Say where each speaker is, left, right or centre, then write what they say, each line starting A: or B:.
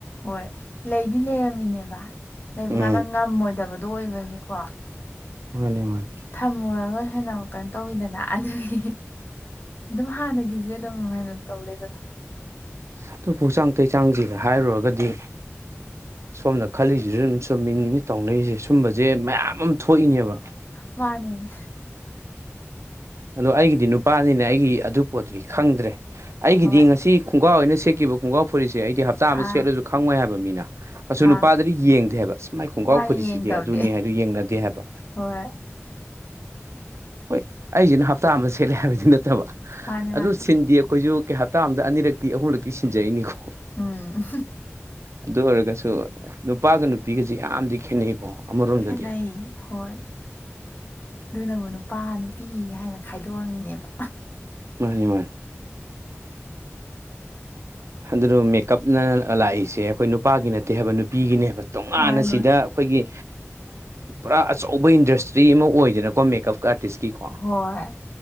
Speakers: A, on the left; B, on the right.
A: ꯍꯣꯏ ꯂꯩꯗꯤ ꯂꯩꯔꯝꯃꯤꯅꯦꯕ ꯂꯩꯕ
B: ꯎꯝ
A: ꯀꯥꯟꯗ ꯉꯝꯃꯣꯏꯗꯕꯗꯣ ꯑꯣꯏꯕꯒꯤꯀꯣ
B: ꯃꯥꯅꯦ ꯃꯥꯅꯦ
A: ꯊꯝꯃꯨꯔꯒ ꯍꯦꯟꯅ ꯀꯩꯅꯣ ꯇꯧꯋꯤꯗꯅ ꯑꯗꯨꯒꯤ ꯑꯗꯨꯝ ꯍꯥꯟꯅꯒꯤꯁꯦ ꯑꯗꯨꯝ ꯍꯥꯏꯥꯏꯅ <unintelligible> ꯇꯧ ꯂꯩꯕꯗꯣ
B: ꯑꯗꯨꯐꯆꯥꯡ ꯇꯩ ꯆꯥꯡꯁꯤꯔ ꯍꯥꯏꯔꯨꯔꯒꯗꯤ ꯁꯣꯝꯅ ꯈꯜꯂꯤꯁꯤꯁꯨ ꯑꯗꯨꯝ ꯆꯨꯝꯃꯤꯅꯤꯅꯦ ꯇꯧꯅꯩꯖꯦ ꯁꯨꯝꯕꯁꯦ ꯃꯌꯥꯝ ꯑꯃ ꯊꯣꯛꯏꯅꯦꯕ
A: ꯃꯥꯅꯦ
B: ꯑꯗꯣ ꯑꯩꯒꯤꯗꯤ ꯅꯨꯄꯥꯅꯤꯅꯦ ꯑꯩꯒꯤ ꯑꯗꯨ ꯄꯣꯠꯇꯨꯗꯤ ꯈꯪꯗ꯭ꯔꯦ ꯑꯩꯒꯤꯗꯤ
A: ꯍꯣꯏ
B: ꯍꯥꯏꯗꯤ ꯉꯁꯤ ꯈꯣꯡꯒ꯭ꯔꯥꯎ ꯑꯣꯏꯅ ꯁꯦꯠꯈꯤꯕ ꯈꯣꯡꯒꯥꯎ ꯐꯨꯔꯤꯠꯁꯦ ꯑꯩꯗꯤ ꯍꯞꯇꯥ ꯑꯃ
A: ꯑꯥ
B: ꯁꯦꯠꯂꯁꯨ ꯈꯪꯉꯣꯏ ꯍꯥꯏꯕ ꯃꯤꯅ ꯑꯁꯨ
A: ꯑꯥ
B: ꯅꯨꯄꯥꯗꯨꯗꯤ ꯌꯦꯡꯗꯦ ꯍꯥꯏꯕ ꯁꯨꯃꯥꯏ ꯈꯣꯡꯒꯥꯎ
A: ꯃꯥꯅꯦ
B: ꯐꯨꯔꯤꯁꯤꯗꯤ
A: ꯌꯦꯡꯗꯕꯅꯦ
B: ꯑꯗꯨꯅꯤ ꯍꯥꯏꯗꯨ ꯌꯦꯡꯅꯗꯦ ꯍꯥꯏꯕ
A: ꯍꯣꯏ
B: ꯍꯣꯏ ꯑꯩꯁꯤꯅ ꯍꯞꯇꯥ ꯑꯃ ꯁꯦꯠꯂꯦ ꯍꯥꯏꯕꯗꯤ ꯅꯠꯇꯕ
A: ꯃꯥꯅꯦ
B: ꯑꯗꯨ
A: ꯃꯥꯅꯦ
B: ꯁꯤꯟꯗꯦ ꯑꯩꯈꯣꯏꯁꯨ ꯀꯩ ꯇꯥ ꯑꯃꯗ ꯑꯅꯤꯔꯛꯇꯤ ꯑꯍꯨꯝꯂꯛꯇꯤ ꯁꯤꯟꯖꯩꯅꯤꯀꯣ
A: ꯎꯝ
B: ꯑꯗꯨ ꯑꯣꯏꯔꯒꯁꯨ ꯅꯨꯄꯥꯒ ꯅꯨꯄꯤꯒꯁ ꯌꯥꯝꯗꯤ ꯈꯦꯠꯅꯩꯀꯣ ꯑꯃꯔꯣꯝꯗ
A: ꯈꯦꯠꯅꯩ ꯍꯣꯏ ꯑꯗꯨꯅꯕꯨ ꯅꯨꯄꯥ ꯅꯨꯄꯤ ꯍꯥꯏꯅ ꯈꯥꯏꯗꯣꯛꯑꯝꯃꯤꯅꯦꯕ
B: ꯃꯥꯅꯦ ꯃꯥꯅꯦ ꯑꯗꯨꯅ ꯃꯦꯛ ꯀꯞꯅ ꯂꯥꯛꯏꯁꯦ ꯑꯩꯈꯣꯏ ꯅꯨꯄꯥꯒꯤ ꯅꯠꯇꯦ ꯍꯥꯏꯕ ꯅꯨꯄꯤꯒꯤꯅꯦ ꯍꯥꯏꯕ ꯇꯣꯉꯥꯟꯅ
A: ꯃꯥꯅꯦ
B: ꯁꯤꯗ ꯑꯩꯈꯣꯏꯒꯤ ꯄꯨꯔꯥ ꯑꯆꯧꯕ ꯏꯟꯗꯁꯇ꯭ꯔꯤ ꯑꯃ ꯑꯣꯏꯗꯅꯀꯣ ꯃꯦꯀꯞ ꯑꯥꯔꯇꯤꯁꯀꯤꯀꯣ
A: ꯍꯣꯏ